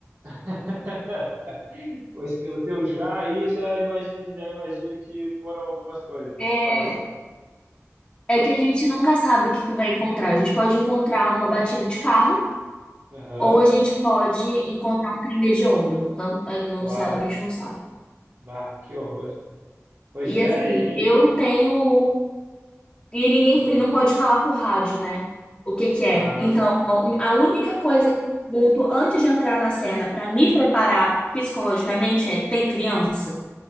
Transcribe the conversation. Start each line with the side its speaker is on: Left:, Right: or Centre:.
Right: <laughs> Pois pelo teu já aí, já imagino, já imagino que foram algumas coisas.
Left: É,
Right: Olha só.
Left: É que a gente nunca sabe o que que vai encontrar. A gente pode encontrar uma batida de carro
Right: Aham,
Left: ou a gente pode encontrar um crime hediondo. Tanto- eh, Não
Right: claro.
Left: sabe, a gente não sabe.
Right: Bah, que horror. Pois
Left: E
Right: é,
Left: assim,
Right: e aí?
Left: eu tenho. E ninguém
Right: hum,
Left: e não pode falar por rádio, né? O que que é.
Right: ah,
Left: Então, a única coisa que eu pergunto antes de entrar na cena para me preparar psicologicamente é: tem criança?